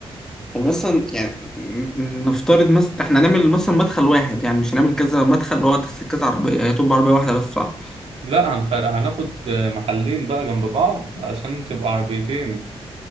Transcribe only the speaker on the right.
لا هنخ... هناخد محلين بقى جنب بعض عشان تبقى عربيتين